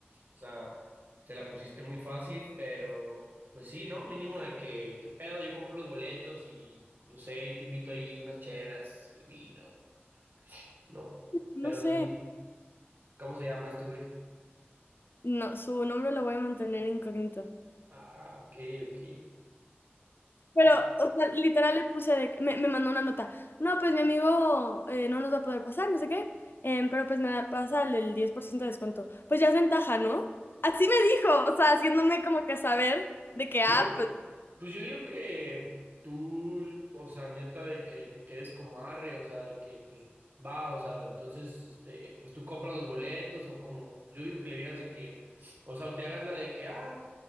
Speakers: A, on the right; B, on the left.
A: O sea, te la pusiste muy fácil, pero pues sí, ¿no? Mínimo de que, qué pedo, yo compro los boletos y, no sé, yo te invito ahí unas chelas, el vino, ¿no?
B: no
A: Pero
B: sé.
A: sí, ¿cómo se llama este güey?
B: No, su nombre lo voy a mantener incógnito.
A: Ah, ok, ok.
B: Pero,
A: No,
B: o sea, literal le puse, de que- me, me mandó una nota. No, pues mi amigo eh, no nos va a poder pasar, no sé qué, em, pero pues me da- pasa el, el 10% de descuento. Pues ya es ventaja, ¿no? Así me dijo, o sea, haciéndome como que saber de que, ah,
A: Güey,
B: pues,
A: Pues yo digo que tú, o sea, neta, de que te quedes como arre, o sea, de que pues va, o sea, entonces, este, pues tú compras los boletos o como, yo digo que le digas de que, o sea, o te hagas la de que, ah,